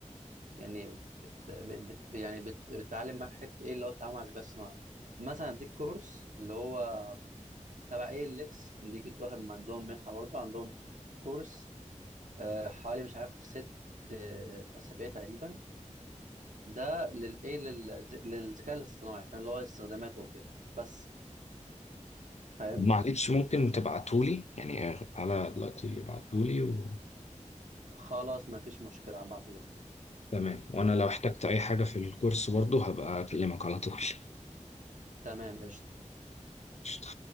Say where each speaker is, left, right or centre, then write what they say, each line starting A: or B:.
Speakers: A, on the right; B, on the left.
A: يعني بت بت يعني بت بتتعلم معاك حته ايه اللي هو التعامل مع الذكاء الصناعي مثلا اديك كورس اللي هو تبع اي ال اكس دي كنت واخد من عندهم منحه برضه عندهم كورس آه، حوالي مش عارف ست آه، اسابيع تقريبا ده للايه لل- للذكاء الاصطناعي فاهم اللي هو استخداماته وكده بس فاهم
B: طب معلش ممكن تبعتولي يعني على دلوقتي ابعتولي و...
A: خلاص ما فيش مشكله هبعتهولك
B: تمام وانا لو احتجت اي حاجة في الكورس برضو هبقى اكلمك على طول <laughs>
A: تمام قشطه
B: قشطة.